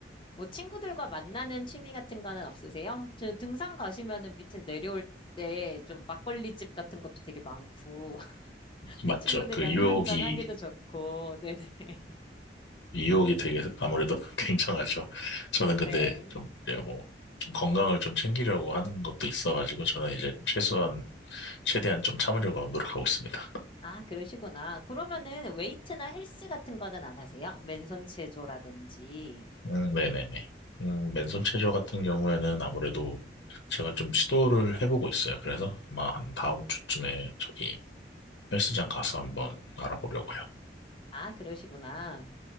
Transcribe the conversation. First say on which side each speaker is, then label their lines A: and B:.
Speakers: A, on the left; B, on the left.
A: 뭐 친구들과 만나는 취미 같은 거는 없으세요? 저 등산 가시면은 밑에 내려올 때 좀 막걸리집 같은 것도 되게 많고,
B: 맞죠?
A: 친구들이랑
B: 그 유혹이
A: 한잔 하기도 좋고, 네네. <laughs>
B: 유혹이 되게 아무래도 <laughs> 굉장하죠. 저는 근데
A: 네.
B: 좀 이제 뭐좀 건강을 좀 챙기려고 하는 것도 있어가지고 저는 이제 최소한 최대한 좀 참으려고 노력하고 있습니다.
A: 아, 그러시구나. 그러면은 웨이트나 헬스 같은 거는 안 하세요? 맨손 체조라든지.
B: 음, 네네네. 음, 맨손 체조 같은 경우에는 아무래도 제가 좀 시도를 해보고 있어요. 그래서 아마 한 다음 주쯤에 저기 헬스장 가서 한번 알아보려고요.
A: 아, 그러시구나.